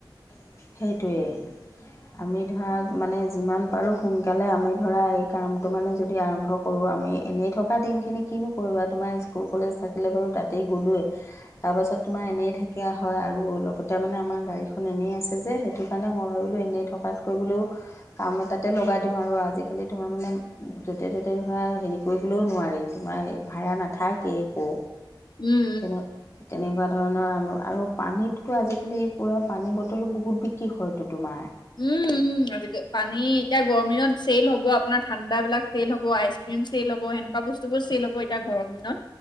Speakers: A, on the left; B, on the left.
A: সেইটোৱেই। আমি ধৰা মানে যিমান পাৰো সোনকালে আমি ধৰা এই কামটো মানে যদি আৰম্ভ কৰোঁ। আমি এনেই থকা দিনখিনি কিনো কৰিবা তোমাৰ স্কুল কলেজ থাকিলে বাৰু তাতেই গ'লোৱৱেই। তাৰ পাছত তোমাৰ এনেই থাকিয়া হয় আৰু লগতে মানে আমাৰ গাড়ীখন এনেই আছে। সেইটো কাৰণে মই ভাবো এনেই থকাত কৈ বোলো কাম এটাতে লগাই দিওঁ আৰু আজি কালি তোমাৰ য'তে-ত'তে ধোৰা হেৰি কৰিবলৈও নোৱাৰি। তোমাৰ ভাড়া নাথাকে একো।
B: উম,
A: তেনে তেনেকুৱা ধৰণৰ। আৰু পানীততো আজিকালি পূৰা পানী বটলো বহুত বিক্ৰী হয়তো তোমাৰ।
B: উম উম আজিকাল পানী এতিয়া গৰমদিনত চেল হব আপোনাৰ ঠাণ্ডা বিলাক চেইল হ'ব আইচ ক্ৰীম। চল হ'ব সনেকুৱা বস্তুবোৰ চেল হ'ব এতিয়া গৰম দিন